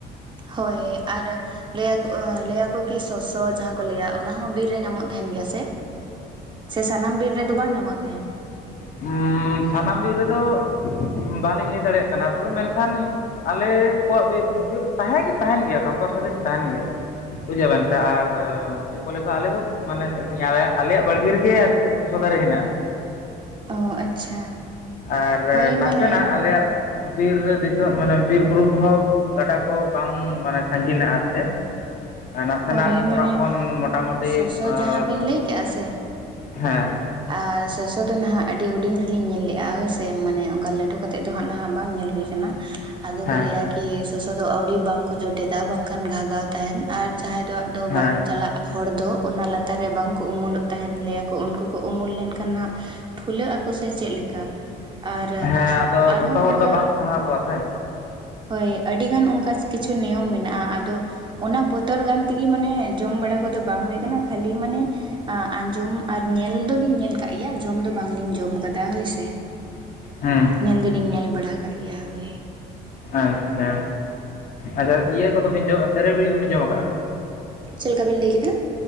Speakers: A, on the right; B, on the left.
A: ᱦᱳᱭ ᱟᱨ ᱞᱟᱹᱭ ᱟᱠᱚ, ᱞᱟᱹᱭ ᱟᱠᱚ ᱠᱤ ᱥᱚᱥᱥᱚ ᱡᱟᱦᱟᱸ ᱠᱚ ᱞᱟᱹᱭᱟ ᱚᱱᱟ ᱦᱚᱸ ᱵᱤᱨ ᱨᱮ ᱧᱟᱢᱚᱜ ᱛᱟᱦᱮᱸᱱ ᱜᱮᱭᱟ ᱥᱮ, ᱥᱮ ᱥᱟᱱᱟᱢ ᱵᱤᱨ ᱨᱮᱫᱚ ᱵᱟᱝ ᱧᱟᱢᱚᱜ ᱛᱟᱦᱮᱸᱱ?
B: ᱩᱸᱻ ᱥᱟᱱᱟᱢ ᱵᱤᱨ ᱨᱮᱫᱚ ᱵᱟᱞᱤᱧ ᱞᱟᱹᱭ ᱫᱟᱲᱮᱭᱟᱜ ᱠᱟᱱᱟ ᱛᱚᱵᱮ ᱢᱮᱱᱠᱷᱟᱱ ᱟᱞᱮ ᱠᱚᱣᱟᱜ ᱵᱤ ᱵᱤ, ᱛᱟᱦᱮᱸ ᱜᱮ ᱛᱟᱦᱮᱸᱱ ᱜᱮᱭᱟ ᱠᱚᱢᱯᱟᱞᱥᱟᱨᱤ ᱛᱟᱦᱮᱸᱱ ᱜᱮᱭᱟ᱾ ᱵᱩᱡᱷᱟᱹᱣ ᱵᱮᱱ ᱥᱮ ᱟᱨ ᱪᱮᱫ ᱠᱚ ᱞᱮᱠᱟ ᱟᱞᱮ ᱫᱚ ᱢᱟᱱᱮ ᱪᱮᱫ ᱞᱟᱹᱭᱤᱧ ᱟᱞᱮᱭᱟᱜ ᱟᱞᱮᱭᱟᱜ ᱵᱟᱲᱜᱮ ᱨᱮᱜᱮ ᱟᱨ ᱪᱮᱫ ᱥᱚᱥᱚ ᱫᱟᱨᱮ ᱦᱮᱱᱟᱜᱼᱟ᱾
A: ᱚ ᱟᱪᱪᱷᱟ
B: ᱟᱨ
A: ᱦᱳᱭ
B: ᱱᱟᱥᱮᱱᱟᱜ
A: ᱢᱟᱱᱮ
B: ᱟᱞᱮᱭᱟᱜ ᱵᱤᱨ ᱨᱮ ᱫᱤᱥᱟᱹᱜ ᱢᱟᱱᱮ ᱵᱤᱨ ᱵᱩᱨᱩ ᱠᱚᱦᱚᱸ ᱜᱟᱰᱟ ᱠᱚ ᱵᱟᱝ ᱢᱟᱱᱮ ᱥᱟᱺᱜᱤᱱᱟ ᱟᱨ ᱪᱮᱫ, ᱱᱟᱥᱮᱱᱟᱜ
A: ᱦᱳᱭ ᱢᱟᱱᱮ
B: ᱚᱲᱟᱜ ᱠᱷᱚᱱ ᱢᱚᱴᱟᱢᱩᱴᱤ
A: ᱥᱚᱥᱚ
B: ᱟᱸ
A: ᱡᱟᱦᱟᱸ ᱵᱮᱱ ᱞᱟᱹᱭ ᱠᱮᱜᱼᱟ ᱥᱮ,
B: ᱦᱮᱸ᱾
A: ᱟᱨ ᱥᱚᱥᱚ ᱫᱚ ᱱᱟᱦᱟᱜ ᱟᱹᱰᱤ ᱦᱩᱰᱤᱧ ᱨᱮᱞᱤᱧ ᱧᱮᱞ ᱞᱮᱜᱼᱟ ᱦᱳᱭᱥᱮ ᱢᱟᱱᱮ ᱚᱝᱠᱟ ᱞᱟᱴᱩ ᱠᱟᱛᱮᱫ ᱫᱚ ᱦᱟᱸᱜ ᱱᱟᱦᱟᱜ ᱵᱟᱝ ᱧᱮᱞ ᱦᱩᱭ ᱠᱟᱱᱟ, ᱟᱫᱚ
B: ᱦᱮᱸ
A: ᱠᱚ ᱞᱟᱹᱭᱟ ᱠᱤ ᱥᱚᱥᱚ ᱫᱚ ᱟᱹᱣᱲᱤ ᱵᱟᱝᱠᱚ ᱡᱚᱴᱮᱫᱟ ᱵᱟᱝᱠᱷᱟᱱ ᱜᱷᱟᱜᱟᱣ ᱛᱟᱦᱮᱸᱱ ᱟᱨ ᱡᱟᱦᱟᱸᱭ ᱫᱚᱣᱟᱜ ᱫᱚ
B: ᱦᱮᱸ
A: ᱵᱟᱝ ᱪᱟᱞᱟᱜ ᱦᱚᱲ ᱫᱚ ᱚᱱᱟ ᱞᱟᱛᱟᱨ ᱨᱮ ᱵᱟᱝᱠᱚ ᱩᱢᱩᱞᱚᱜ ᱛᱟᱦᱮᱸᱱ ᱞᱮᱭᱟ ᱠᱚ ᱩᱱᱠᱩ ᱠᱚ ᱩᱢᱩᱞ ᱞᱮᱱᱠᱷᱟᱱ ᱱᱟᱦᱟᱜ ᱯᱷᱩᱞᱟᱹᱜ ᱟᱠᱚ ᱥᱮ ᱪᱮᱫ ᱞᱮᱠᱟ᱾ ᱟᱨ
B: ᱦᱮᱸ ᱟᱫᱚ
A: ᱟᱨᱦᱚᱸ
B: ᱡᱷᱚᱛᱚ ᱦᱚᱲ
A: ᱚᱱᱠᱟ
B: ᱫᱚ ᱵᱟᱝ ᱥᱟᱦᱟᱣ ᱠᱚᱣᱟ ᱥᱮ,
A: ᱦᱳᱭ ᱟᱹᱰᱤᱜᱟᱱ ᱚᱝᱠᱟ ᱠᱤᱪᱷᱩ ᱱᱤᱭᱚᱢ ᱢᱮᱱᱟᱜᱼᱟ ᱟᱫᱚ, ᱚᱱᱟ ᱵᱚᱛᱚᱨ ᱜᱟᱱ ᱛᱤᱜᱤᱢ ᱢᱟᱱᱮ ᱡᱚᱢ ᱵᱟᱲᱟ ᱠᱚᱫᱚ ᱵᱟᱝ ᱦᱩᱭ ᱠᱟᱱᱟ ᱠᱷᱟᱹᱞᱤ ᱢᱟᱱᱮ, ᱟᱸ ᱟᱸᱡᱚᱢ ᱟᱨ ᱧᱮᱞ ᱫᱚᱞᱤᱧ ᱧᱮᱞ ᱠᱟᱜ ᱜᱮᱭᱟ ᱡᱚᱢ ᱫᱚ ᱵᱟᱝᱞᱤᱧ ᱡᱚᱢ ᱠᱟᱫᱟ ᱦᱳᱭᱥᱮ᱾
B: ᱦᱩᱸ
A: ᱧᱮᱞ ᱫᱚᱞᱤᱧ ᱧᱮᱞ ᱵᱟᱲᱟ ᱟᱠᱟᱜ ᱜᱮᱭᱟ ᱦᱳᱭ᱾
B: ᱟᱪᱪᱷᱟ, ᱟᱪᱪᱷᱟ ᱤᱭᱟᱹ ᱠᱚᱫᱚᱵᱤᱱ ᱡᱚᱢ ᱛᱮᱨᱮᱞ ᱵᱤᱞᱤ ᱫᱚᱵᱤᱱ ᱡᱚᱢ ᱠᱟᱜᱼᱟ?
A: ᱪᱮᱞᱮᱠᱟ ᱵᱤᱱ ᱞᱟᱹᱭ ᱠᱮᱫᱟ?